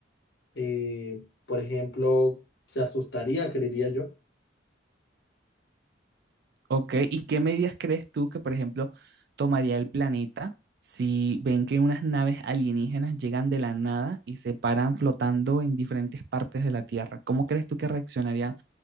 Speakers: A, on the left (about 65°); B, on the right (about 55°).
A: eh, por ejemplo, se asustaría, creería yo.
B: ¿Ok? ¿Y qué medidas crees tú que, por ejemplo, tomaría el planeta si ven que unas naves alienígenas llegan de la nada y se paran flotando en diferentes partes de la Tierra? ¿Cómo crees tú que reaccionaría